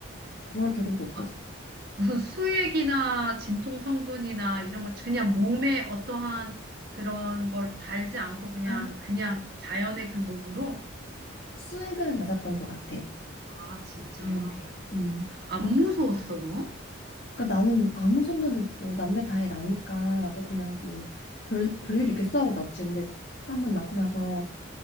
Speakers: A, on the left; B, on the right.
A: 그럴 겨를도 없었어.
B: 아, 무슨 수액이나 진통 성분이나 이런 거, 그냥 몸에 어떠한 그런 걸 달지 않고 그냥,
A: 아
B: 그냥 자연의 그 몸으로?
A: 수액은 맞았던 것 같아.
B: 아, 진짜.
A: 기억에. 음.
B: 안
A: 음.
B: 무서웠어, 너?
A: 그러니까 나는 아무 생각이 없고 남들 다해 나니까 나도 그냥 뭐 별, 별일 있겠어 하고 낳지. 근데 한번 낳고 나서